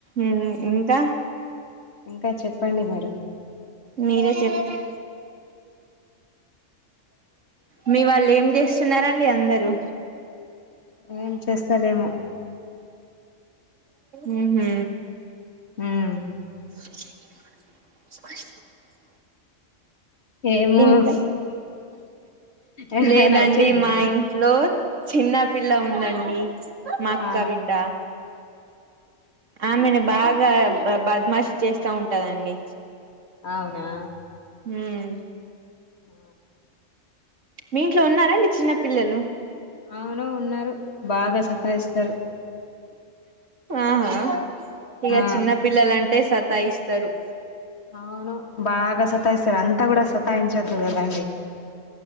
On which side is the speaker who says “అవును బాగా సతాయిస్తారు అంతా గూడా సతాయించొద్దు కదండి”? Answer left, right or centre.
Left